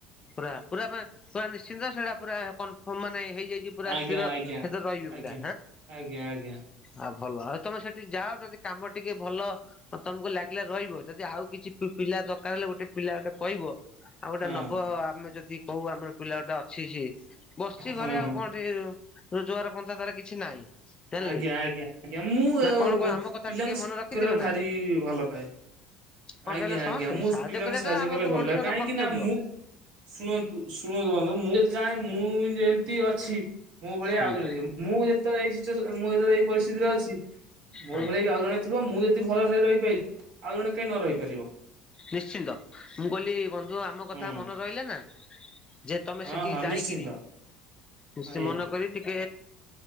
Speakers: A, on the left; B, on the right.
A: ପୁର ପୁରା ପୁରା ନିଶ୍ଚିନ୍ତ ସେଇଟା ପୁରା କନ୍‌ର୍ଫମ୍ ମାନେ ହେଇଯାଇଛି ପୁରା
B: ଆଜ୍ଞା
A: ସ୍ଥିର
B: ଆଜ୍ଞା
A: ସେଥିରେ ରହି ଯିବୁ
B: ଆଜ୍ଞା
A: ପୁରା
B: ଆଜ୍ଞା ଆଜ୍ଞା
A: ଆଉ ଭଲ ଆଉ ତମେ ସେଠି ଯାଅ ଯଦି କାମ ଟିକେ ଭଲ ହଁ ତମକୁ ଲାଗିଲା ରହିବ ଯଦି ଆଉ କିଛି ପିଲା ଦରକାର ହେଲେ ଗୋଟେ ପିଲା ଗୋଟେ କହିବ, ଆଉ ଗୋଟେ
B: ହଁ
A: ନବ ହବ, ଆମେ ଯଦି କହୁ ଆମର ପିଲା ଟା ଅଛି ସିଏ। ବସିଛି
B: ହଁ
A: ଘରେ ଆଉ
B: ହଁ
A: କଣଟିଏ ରୋଜଗାର ପନ୍ଥା ତାର କିଛି ନାହିଁ। ଜାଣିଲେ
B: ଆଜ୍ଞା ଆଜ୍ଞା ଆଜ୍ଞା ମୁଁ
A: ନା କଣ କହ ଆମ
B: ପିଲାଙ୍କ
A: କଥା ଟିକେ
B: ସାଙ୍ଗରେ
A: ମନେ ରଖିଥିବେ ନା
B: ଭାରି ଭଲ ପାାଏ।
A: କଣ
B: ଆଜ୍ଞା,
A: କହିଲେ
B: ଆଜ୍ଞା,
A: ସମସ୍ତେ
B: ମୁଁ ପିଲାଙ୍କୁ
A: କରିବାଟା
B: ସାହାଯ୍ୟ
A: ଆମର
B: କଲେ
A: ତ
B: ଭଲ
A: ମଣିଷର
B: ଲାଗେ, କାହିଁକି
A: କର୍ତ୍ତବ୍ୟ
B: ନା ମୁଁ ଶୁଣନ୍ତୁ, ଶୁଣନ୍ତୁ ବନ୍ଧୁ, ମୁଁ ଯଦି ଚାହେଁ, ମୁଁ ଯେମିତି ଅଛି ମୁଁ ଭଳିଆ
A: ହୁଁ
B: ଆଉ ଜଣେ ଜିଏ। ମୁଁ ଯେତେଳେ ଏଇ ଚି ମୁଁ ଏତବେଳେ ଏଇ ପରିସ୍ଥିତିରେ ଅଛି ମୋ
A: ହଁ
B: ଭଳିଆ ବି ଆଉ ଜଣେ ଥିବ, ମୁଁ ଯଦି ଭଲରେ ହେଇ ରହିପାଇଲି, ଆଉ ଜଣେ କାହିଁ ନ ରହିପାରିବ?
A: ନିଶ୍ଚିନ୍ତ! ମୁଁ କହିଲି, ବନ୍ଧୁ ଆମ କଥା
B: ହୁଁ
A: ମନ ରହିଲା ନା? ଯେ ତମେ
B: ହଁ
A: ସେଟିକି
B: ହଁ
A: ଯାଇକିରି,
B: ନିଶ୍ଚିନ୍ତ
A: ଖୁସି
B: ଆଜ୍ଞା
A: ମନ କରି ଟିକ୍